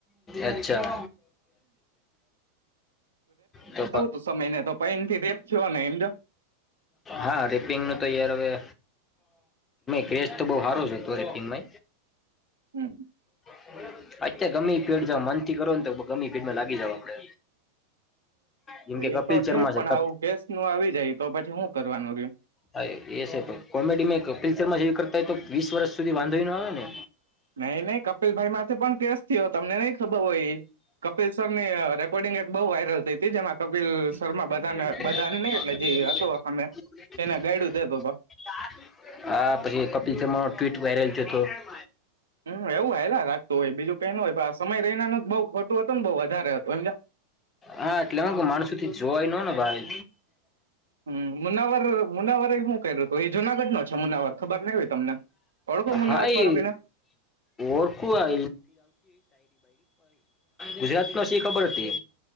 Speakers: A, on the left (about 20°); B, on the right (about 70°).
A: અચ્છા તો
B: તું સમય ને તો પૈન થી રેપ થયો ને એમજો
A: હા, રેપિંગ નું તો, યાર, હવે. કસ તો બહ સારું છે, હતું રેપિનય
B: હમ્મ
A: <unintelligible> ગમે <unintelligible> મનથી કરો ને તો ગમે ઇ ફીડ મા લા ગી જવું આપડે જેમ કે
B: એ
A: કપિલ
B: તો
A: શર્મા
B: ઠેક
A: છે
B: પણ
A: ક
B: આવું કેસ નું આવી જાય તો પછી હું કરવાનું રહ્યું
A: હા એ છે પણ કોમેડીમાં કપિલ શર્મા જે કર ત તો વીસ વર્ષ સુધી વાંધો એ ન આવે ને
B: નહી નહી કપિલભાઈ માથે પણ કેસ થયો તમને નહી ખબર હોય કપિલ સર ની રેકોર્ડિંગ એક બહુ વાયરલ થઈ તી જેમાં
A: <inaudible>
B: કપિલ શર્મા
A: હા
B: બધાને બધાને
A: પછી
B: નહી એટલે જે
A: કપિલ
B: હતો અમે
A: શર્મા
B: એને ગાઈડું
A: ન
B: દેતો હતો
A: ટ્વીટ વાયરલ થયો તો
B: હમ એવું હાયલા રાખતું હોય બીજું કઈ ન હોય પણ આ સમય રૈનાનું બહુ ખોટું હતું ને બહુ વધારે હતું એમ
A: હા એટલે હું કે માણસો જોવાય નો ન ભાઈ.
B: હમ મુનાવર મુનાવરે હું કર્યું હતું એ જુનાગઢ નો છે મુનાવર ખબર નહિ હોય તમને ઓડખો મુનાવર
A: હા એ
B: કોઈને
A: ઓળખું આ ગુજરાત નો શી ખબર હતી.